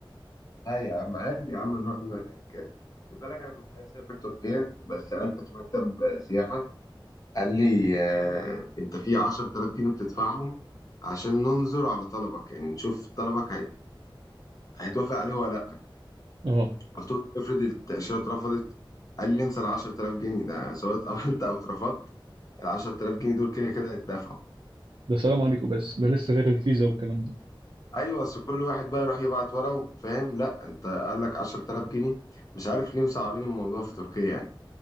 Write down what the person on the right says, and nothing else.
أه
ده سلام عليكم بس ده لسه غير الفيزا والكلام ده